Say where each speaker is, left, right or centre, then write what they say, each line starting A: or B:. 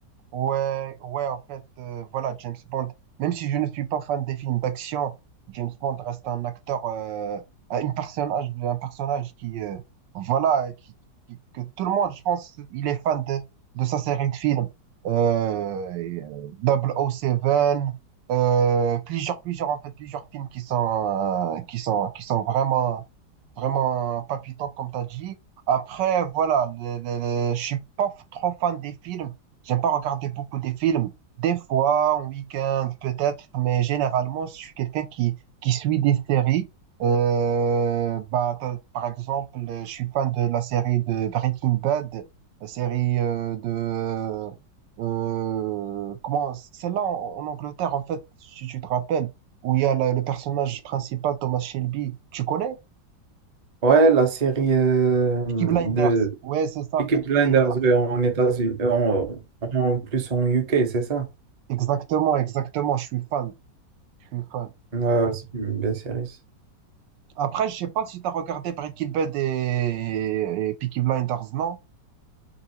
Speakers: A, on the right (about 75°); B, on the right (about 30°).
A: Ouais, ouais, en fait, euh, voilà, James Bond, même si je ne suis pas fan des films d'action, James Bond reste un acteur, euh, un une personnage, un personnage qui, euh, voilà, qui, qui- que tout le monde, je pense, il est fan de, de sa série de films. Euh, et, euh, 007, euh, plusieurs, plusieurs, en fait, plusieurs films qui sont, euh, qui sont, qui sont vraiment, vraiment palpitants, comme tu as dit. Après, voilà, le, le- le- je suis pas trop fan des films J'aime pas regarder beaucoup de films. Des fois, en week-end, peut-être, mais généralement, je suis quelqu'un qui, qui suit des séries. Euh, bah, t'as- par exemple, je suis fan de la série de Breaking Bad, la série euh, de... Euh, comment... Celle-là, en, en Angleterre, en fait, si tu te rappelles, où il y a le, le personnage principal, Thomas Shelby. Tu connais?
B: Ouais, la série euh,
A: Peaky Blinders.
B: de
A: Ouais, c'est ça,
B: Peaky
A: Peaky
B: Blinders
A: Blinders.
B: euh, en États-Unis, en, en plus en UK, c'est ça?
A: Exactement, exactement, je suis fan. Je suis fan.
B: Ouais, ouais, c'est une belle série.
A: Après, je sais pas si tu as regardé Breaking Bad et, et Peaky Blinders, non?